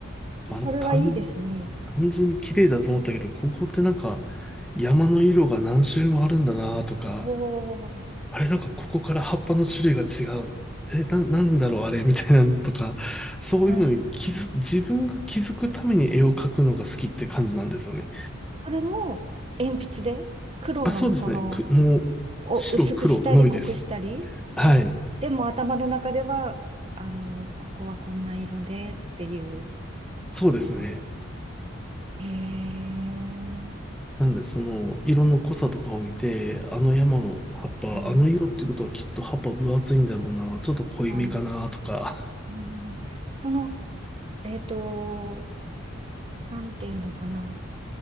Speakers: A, on the right; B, in the centre.
A: い。
B: あ、
A: それはいいですね。
B: なんか単、単純に綺麗だと思ったけど、ここってなんか山の色が何種類もあるんだなとか、
A: おー、
B: あれなんかここから葉っぱの種類が違う。え、な、なんだろうあれみたいなのとか、そういうのに気づ、
A: はい。
B: 自分が気づくために絵を描くのが好きって感じなんですよね。
A: それも、鉛筆で、黒のその、
B: あ、そうですね。く、もう、
A: を薄くしたり濃くしたりで、
B: 白黒のみです。はい。
A: でも頭の中では、あの、ここはこんな色でっていう。
B: そうですね。
A: あーへえ、
B: なので、その、色の濃さとかを見て、あの山の葉っぱ、
A: はい、
B: あの色っていうことはきっと葉っぱ分厚いんだろうな、ちょっと濃いめかな、
A: はい。
B: とか。
A: うん、その、えっと、なんていうのかな。